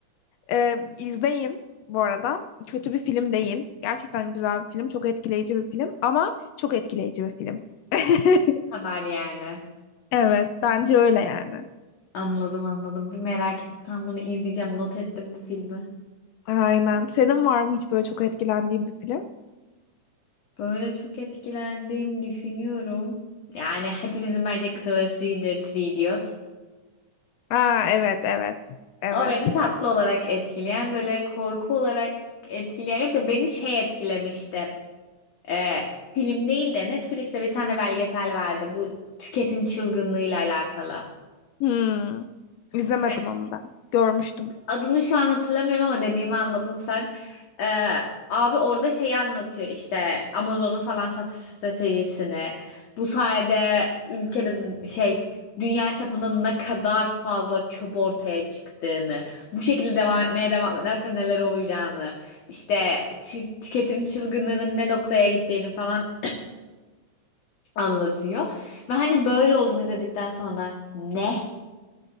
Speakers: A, on the left; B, on the left.
A: e, izleyin bu arada. Kötü bir film değil. Gerçekten güzel bir film. Çok etkileyici bir film. Ama çok etkileyici bir film. <laughs>
B: Bu kadar yani.
A: Evet, bence öyle yani.
B: Anladım anladım. Bir merak ettim. Tam bunu izleyeceğim. Not ettim bu filmi.
A: Aynen. Senin var mı hiç böyle çok etkilendiğin bir film?
B: Böyle çok etkilendiğimi düşünüyorum. Yani hepimizin bence klasiğidir Three Idiot.
A: Aa, evet, evet, evet.
B: O beni tatlı olarak etkileyen, böyle korku olarak etkileyen yok da beni şey etkilemişti. Ee, film değil de Netflix'te bir tane belgesel vardı. Bu tüketim çılgınlığıyla alakalı.
A: Hmm. İzlemedim
B: İşte
A: ama ben. Görmüştüm.
B: Adını şu an hatırlamıyorum ama dediğimi anladın sen. Ee, abi orada şeyi anlatıyor işte Amazon'un falan satış stratejisini. Bu sayede ülkede şey dünya çapında ne kadar fazla çöp ortaya çıktığını, bu şekilde devam etmeye devam ederse neler olacağını, işte çı- tüketim çılgınlığının ne noktaya gittiğini falan <clears throat> anlatıyor. Ve hani böyle oldum izledikten sonra ne?